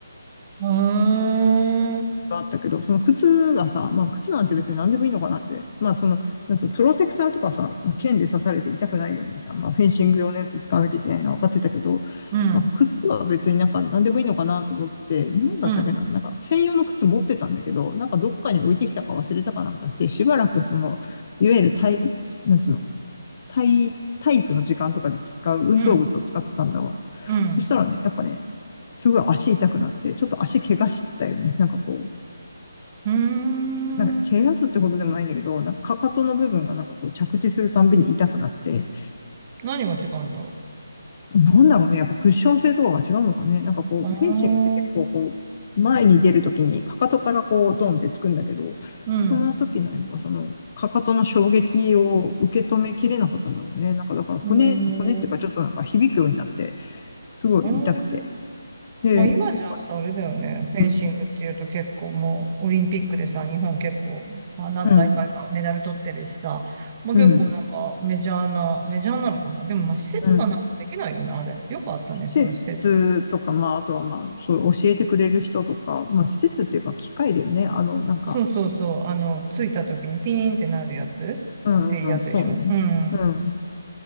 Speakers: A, on the right; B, on the left.
A: うーん。うん。
B: だけど、その靴がさ、まあ靴なんて別に何でもいいのかなって、まあその、なんつプロテクターとかさ、まあ、剣で刺されて痛くないようにさ、まあフェンシング用のやつ使わなきゃいけないのは分かってたけど、
A: うん。
B: まあ靴は別になんか何でもいいのかなと思って、なんだったっけな、
A: うん。
B: なんか専用の靴持ってたんだけど、なんかどっかに置いてきたか忘れたかなんかして、しばらくその、いわゆる体、なんつうの、体、体育の時間とかで使う運動靴を使ってたんだわ。
A: うん。う
B: そしたらね、やっぱね、すごい足痛くなって、ちょっと足怪我したよね。なんかこう、
A: ん。うーん
B: なんか、怪我すってことでもないんだけど、なんか、かかとの部分がなんかこう着地するたんびに痛くなって、
A: 何が違うんだろ
B: なんだろうね、やっぱクッション性とかが違うのかね。なんかこう、
A: う。う
B: フェンシングって結構こう、
A: ーん。
B: 前に出るときにかかとからこう、ドンってつくんだけど、
A: うん。
B: その時のやっぱその、
A: う
B: かかとの衝撃を受け止めきれなかったんだろうね。なんかだから骨、
A: ーん。
B: 骨っていうかちょっとなんか響くようになって、
A: う
B: すごい痛くて。
A: ーん。
B: で、
A: まあ今じゃさ、
B: やっぱね、
A: あれだよね。フェンシングっていうと結構もうオリンピックでさ、
B: うん、
A: 日本結構、まあ何大会かメダル取ってるしさ、
B: うん、
A: まあ結構なんかメジャーな、
B: うん、
A: メジャーなのかな。でもまあ施設がないとできないよね、
B: うん。
A: あれ。よくあったね、
B: 施設とか、
A: その施設。
B: まあ、あとはまあ、そう、教えてくれる人とか、まあ、施設っていうか、機械だよね。あの、なんか、
A: そうそうそう。あの、着いた時にピーンってなるやつっていうやつでしょうん。
B: うんうん、そうね。うん、